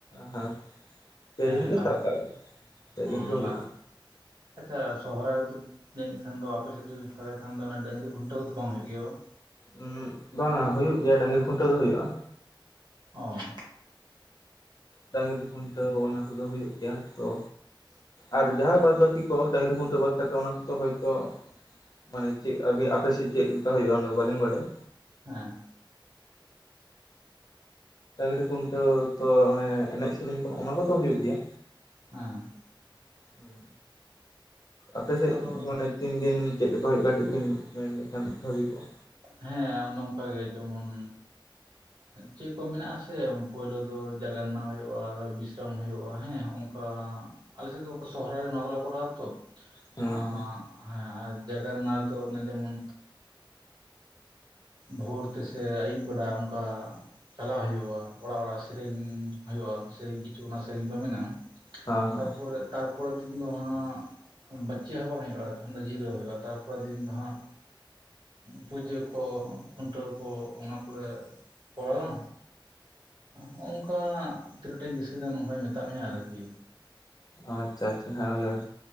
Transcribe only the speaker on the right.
ᱦᱮᱸ
ᱞᱟᱦᱟ
ᱦᱚᱸ
ᱞᱟᱦᱟ ᱟᱪᱪᱷᱟ ᱥᱚᱦᱚᱨᱟᱭ ᱨᱮᱫᱚ ᱡᱟᱹᱱᱤᱡ ᱠᱷᱟᱱ ᱫᱚ ᱟᱯᱮ ᱥᱮᱫ ᱫᱚ ᱛᱟᱦᱮ ᱠᱷᱟᱱ ᱫᱚ ᱰᱟᱺᱜᱽᱨᱤ ᱠᱷᱩᱱᱴᱟᱹ ᱫᱚ ᱵᱟᱝ ᱦᱩᱭᱩᱜ ᱜᱮᱭᱟ ᱵᱟᱝ?
ᱚᱸ᱾
ᱦᱮᱸ᱾
ᱦᱮᱸ᱾
ᱟᱫᱚ
ᱦᱮᱸ ᱚᱱᱮ ᱚᱱᱠᱟ ᱜᱮ ᱡᱮᱢᱚᱱ ᱪᱮᱫ ᱠᱚ ᱢᱮᱱᱟᱜᱼᱟ ᱥᱮ ᱯᱳᱭᱞᱳ ᱫᱚ ᱡᱟᱜᱱᱟ ᱦᱩᱭᱩᱜᱼᱟ᱾ ᱦᱩᱭᱩᱜᱼᱟ ᱦᱮᱸ ᱚᱱᱠᱟ ᱟᱞᱮᱥᱮᱫ ᱚᱠᱟ ᱥᱚᱦᱚᱨᱟᱭ ᱨᱮ ᱱᱚᱣᱟ ᱠᱚᱞᱮ ᱠᱚᱨᱟᱣᱟ ᱛᱚ᱾
ᱟ
ᱦᱮᱸ ᱟᱨ ᱡᱟᱭᱜᱟᱨ ᱨᱮᱱᱟᱜ ᱫᱚ ᱡᱮᱢᱚᱱ ᱵᱷᱳᱨ ᱛᱮᱥᱮ ᱟᱹᱭᱩᱵ ᱵᱮᱲᱟ, ᱚᱱᱠᱟ ᱪᱟᱞᱟᱣ ᱦᱩᱭᱩᱜᱼᱟ, ᱚᱲᱟᱜ-ᱚᱲᱟᱜ ᱥᱮᱨᱮᱧ ᱦᱩᱭᱩᱜᱼᱟ, ᱥᱮᱨᱮᱧ ᱠᱤᱪᱷᱩ ᱚᱱᱟ ᱥᱮᱨᱮᱧ ᱠᱚ ᱢᱮᱱᱟᱜᱼᱟ᱾
ᱛᱟᱨᱯᱚᱨᱮ ᱛᱟᱨᱯᱚᱨᱮᱨ ᱫᱤᱱ ᱫᱚ ᱦᱟᱸᱜ ᱵᱟᱹᱪᱤ ᱦᱚᱸ ᱵᱟᱝ ᱦᱩᱭᱩᱜᱼᱟ, ᱛᱚᱠᱷᱚᱱ ᱫᱚ ᱡᱤᱨᱟᱹᱣ ᱦᱩᱭᱩᱜᱼᱟ, ᱛᱟᱨᱯᱚᱨᱮᱨ ᱫᱤᱱ ᱫᱚ ᱦᱟᱸᱜ ᱯᱩᱡᱟᱹ ᱠᱚ ᱠᱷᱩᱱᱴᱟᱹᱣ ᱠᱚ ᱚᱱᱟ ᱠᱚᱞᱮ ᱠᱚᱨᱟᱣᱼᱟ᱾ ᱦᱳᱜ ᱱᱚᱝᱠᱟ ᱛᱤᱱᱟᱹᱜ ᱴᱟᱧ ᱫᱤᱥᱟᱹᱭᱮᱫᱼᱟ ᱱᱚᱝᱠᱟᱧ ᱢᱮᱛᱟᱫ ᱢᱮᱭᱟ ᱟᱹᱨᱠᱤ᱾